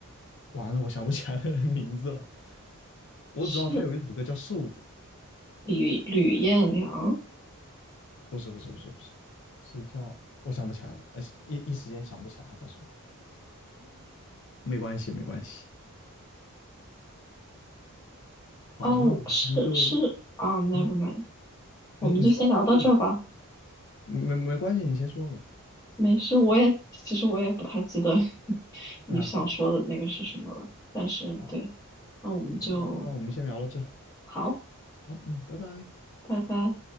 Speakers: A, on the left (about 55°); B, on the left (about 15°).
A: 完了，我想不起来那个人名字了。我只知道他有一首歌叫《瘦子》，
B: 是吕吕彦良，
A: 不是不是不是不是，是叫我想不起来了，而且一一时间想不起来他叫什么。没关系没关系，好，
B: 哦，
A: 那我们就
B: 是是啊，never
A: 嗯，
B: mind，我们就先聊到这吧。
A: 你你说没事的没没关系，你先说嘛。
B: 没事，我也其实我也不太记得 <laughs> 你想说的那个是什么了，
A: 啊，好
B: 但是对，
A: 好，
B: 那我们就
A: 嗯，那我们先聊到这。
B: 好，
A: 好，嗯，拜拜。
B: 拜拜。